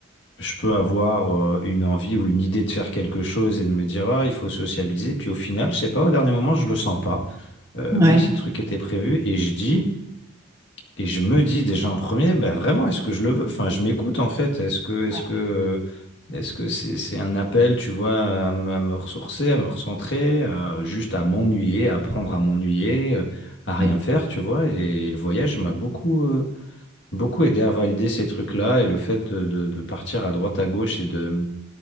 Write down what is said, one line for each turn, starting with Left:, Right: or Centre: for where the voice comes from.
Left: je peux avoir euh, une envie ou une idée de faire quelque chose et de me dire, ah, il faut sociabiliser. Puis au final, je sais pas, au dernier moment, je le sens pas. Euh,
Right: Ouais.
Left: même si le truc était prévu. Et je dis, et je me dis déjà en premier, bah vraiment, est-ce que je le veux? Enfin, je m'écoute en fait. Est-ce que, est-ce
Right: Ouais,
Left: que, euh, est-ce que c'est, c'est un appel, tu vois, à, me à me ressourcer, à me recentrer, à- juste à m'ennuyer, à apprendre à m'ennuyer, euh, à rien
Right: ouais,
Left: faire, tu vois? Et, le voyage m'a beaucoup, euh, beaucoup aidé à valider ces trucs-là et le fait de, de, de partir à droite à gauche et de